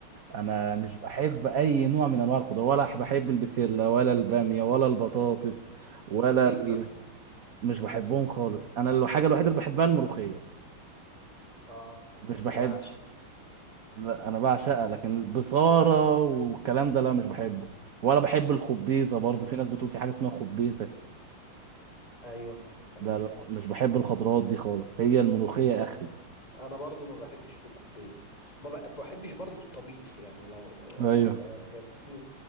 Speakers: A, on the right (about 55°); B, on the left (about 15°).
A: انا مش بحب اي نوع من انواع الخضار ولا بحب البسله ولا الباميه ولا البطاطس ولا
B: ليه
A: ال...
B: كده؟
A: مش بحبهم خالص انا الحاجه الوحيده اللي بحبها الملوخيه
B: اه انا
A: مش بحب
B: انا بعشق
A: لا انا بعشقها لكن البصاره والكلام ده لا مش بحبه ولا بحب الخبيزه برضو
B: <laughs>
A: في ناس بتقول في حاجه اسمها خبيزه
B: ايوه تمام
A: ده لا مش بحب الخضروات دي خالص هي الملوخيه اخري
B: انا برضو ما بحبش الخبيزة ما ب- بحبش برضو الطبيخ يعني لو
A: ايوه
B: لو هتكلمني